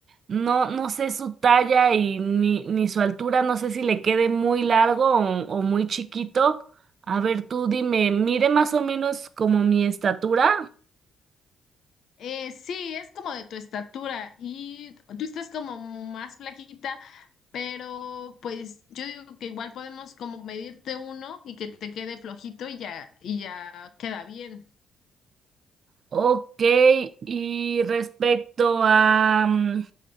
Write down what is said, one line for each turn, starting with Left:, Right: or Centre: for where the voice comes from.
Right: no, no sé su talla y ni, ni su altura, no sé si le quede muy largo o, o muy chiquito. A ver, tú dime, mire más o menos como mi estatura.
Left: Eh, sí, es como de tu estatura y tú estás como más flaquita, pero pues yo digo que igual podemos como medirte uno y que te quede flojito y ya y ya queda bien.
Right: Ok, y respecto a... mm,